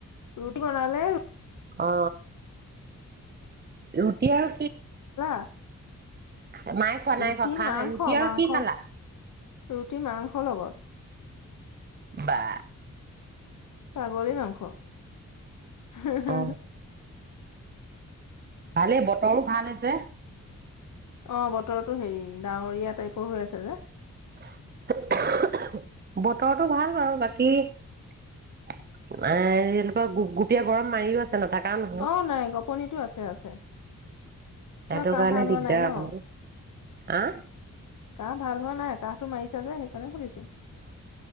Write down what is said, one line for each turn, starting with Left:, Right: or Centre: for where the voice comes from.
Left: ৰুটি বনালে
Right: অ ৰুটি আৰু
Left: <unintelligible>
Right: খায়, নই খোৱা নাই
Left: ৰুটি
Right: খোৱা খামহে,
Left: মাংস
Right: ৰুটি আৰু
Left: মাংস
Right: কি খালা?
Left: ৰুটি মাংসৰ লগত।
Right: বা
Left: ছাগলী মাংস। হু হু
Right: অ ভালেই, বতৰো ভাল হৈছে।
Left: অ' বতৰতো হেৰি, ডাৱৰীয়া টাইপৰ হৈ আছে যে।
Right: <unintelligible> বতৰটো ভাল বাৰু বাকী এ এনেকুৱা গুপ গুপিয়া গৰম মাৰিও আছে, নথকা নহয়
Left: অ' নাই গপনিতো আছে আছে
Right: সেইটো
Left: তোমাৰ কাহ
Right: কাৰণে
Left: ভাল হোৱা
Right: দিগদাৰ
Left: নাই ন,
Right: অকমান আহ
Left: কাহ ভাল হোৱা নাই? কা'হটো মাৰিছে যে সেইকাৰণে সুধিছো।